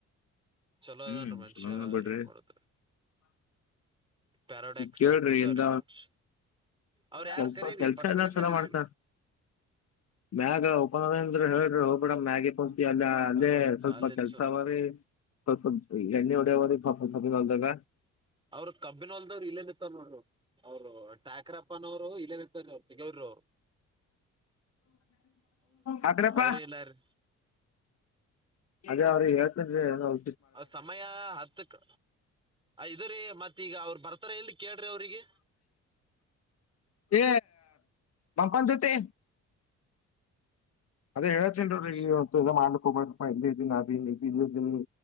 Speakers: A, on the right (about 15°); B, on the left (about 55°).
A: ಚಲೋಅದನ್ರಿ
B: ಹ್ಮ್
A: ಮನ್ಷ್ಯಾ
B: ಚಲೋನ ಬಿಡ್ರಿ
A: ಎನ್ ಮಡೋದ್ರಿ. ಪ್ಯಾರಾಡಾಕ್ಸ್
B: ಕೇಳ್ರಿ
A: ಅಂತಿದ್ದ
B: ಇಂದ
A: ರೀ ಮಂಚ್ ಅವ್ರು ಯಾರ
B: ಕೆಲ್ಸ
A: ಕರೀರಿ
B: ಕೆಲ್ಸ
A: ಪಟಕನ
B: ಎಲ್ಲಾ ಚಲೋ
A: ಕರೀರಿ.
B: ಮಾಡ್ತಾನ ಮ್ಯಾಗ ಉಪನಾದ ಅಂದ್ರಿ ಹೇಳ್ರಿ ಹೋಗ್ಬಿಡ ಮ್ಯಾಗ. ಅಲ್ಲ ಅಲ್ಲೇ
A: ಅದೇ
B: ಸ್ವಲ್ಪ
A: ಅಲ್ಲೇ
B: ಕೆಲ್ಸ
A: ಚಲೋ
B: ಅವರಿ. <unintelligible> ಎಣ್ಣೆ ಒಡವ ರೀ ಸ್ವಲ್ಪ ಹೊಲದಾಗ.
A: ಅವ್ರು ಕಬ್ಬಿನ್ ಹೊಲ್ದವ್ರಿ ಇಲ್ಲೇ ಬಿತ್ತರ ನೋಡ್ರಿ ಅವ್ರ್. ಅವರು ಟಾಕ್ರಪ್ಪನವರು ಇಲ್ಲಿನಪ್ಪಾನ ಅವರು ತಿಗವರು.
B: ಹದ್ರಪ್ಪ.
A: ಅವ್ರೇ ಇಲ್ಲಾರೀ
B: ಅದೇ ಅವ್ರಿಗೆ ಹೇಳ್ತಂದ್ರಿ ನಾವ್.
A: ಸಮಯ ಹತ್ತಕ್. ಐದಾರಿ ಮತ್ ಈಗ ಅವ್ರು ಬರ್ತಾರ್ ಇಲ್ಲ್ ಕೇಳ್ರಿ ಅವ್ರಿಗೆ.
B: ಎ ಪೋಪ್ಕಾರ್ನ್ ಜೊತಿ. ಅದೇ ಹೇಳೇಳ್ತನ್ ನೋಡ್ರಿ
A: ರಮೇಶ್
B: ಇವತ್ತ್ ಮಾಡ್ಕ್ ಹೋಗಬಬೇಕ ಇ ಇದ್ದಿನಿ ಅನ್ ಇಲ್ಲ ಇದೀನಿ.